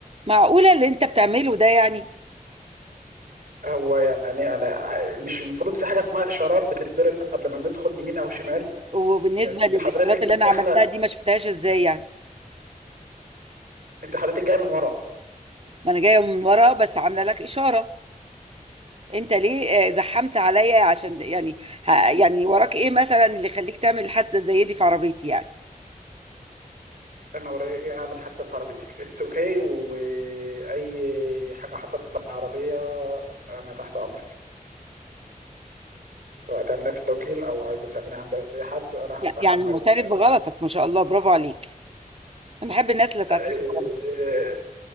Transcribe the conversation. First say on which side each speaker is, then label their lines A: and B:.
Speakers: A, on the right; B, on the right.
A: معقولة اللي انت بتعمله ده يعني
B: هو يعني انا مش المفروض في حاجه اسمها اشارات بتتضرب قبل ما ندخل يمين او شمال
A: وبالنسبة
B: يعني انت
A: للإشارات
B: حضرتك
A: اللي أنا
B: داخله
A: عملتها دي ما شفتهاش إزاي يعني
B: انت حضرتك جايه من ورا
A: ما أنا جاية من ورا بس عاملة لك إشارة أنت ليه آه، زحمت عليا عشان يعني ه- يعني وراك إيه مثلا اللي يخليك تعمل حادثة زي دي في عربيتي يعني
B: انا ورايا ايه اعمل حادثه في عربيتك اتس اوكي واي حاجه حصلت في العربيه انا تحت امرك سواء تعملها في التوكيل او عايزه تعملها عند اي حد انا هتحمل
A: ي- يعني معترف
B: ال...
A: بغلطك ما شاء الله برافو عليك أنا بحب الناس اللي
B: <laughs>
A: تعترف
B: آه،
A: بغلطك